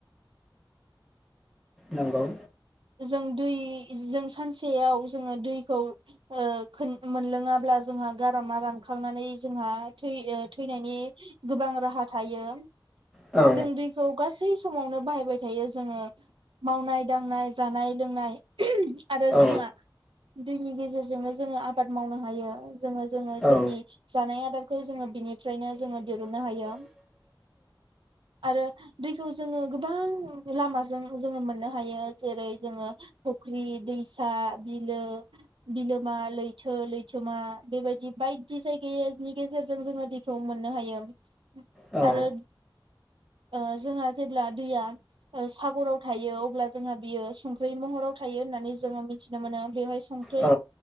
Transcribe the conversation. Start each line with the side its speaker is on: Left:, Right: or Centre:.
Centre: नंगौ
Right: जों दै जों सानसेयाव जोङो दैखौ ओ खो मोनलोङाब्ला जोंहा गारामा रानखांनानै जोंहा थै ओ थैनायनि गोबां राहा थायो।
Centre: औ
Right: जों दै खौ गासै समावनो बाहायबाय थायो जोङो मावनाय दांनाय जानाय लोंनाय आरो
Centre: औ
Right: जोंहा दैनि गेजेरजोंनो जोङो आबाद मावनो हायो जोङो जोङो
Centre: औ
Right: जोंनि जानाय आदारखौ जोङो बिनिफ्रायनो जोङो दिरुननो हायो आरो दैखौ जोङो गोबां लामाजों जोङो मोननो हायो। जेरै जोङो फुख्रि दैसा बिलो बिलोमा लैथो लैथोमा बेबायदि बायदि जायगानि गेजेरजों जोङो दैखौ मोननो हायो
Centre: औ
Right: आरो ओ जोंहा जेब्ला दैया सागराव थायो अब्ला जोंहा बियो संख्रि महराव थायो होननानै जोङो मिथिनो मोनो बेवहाय संख्रै
Centre: औ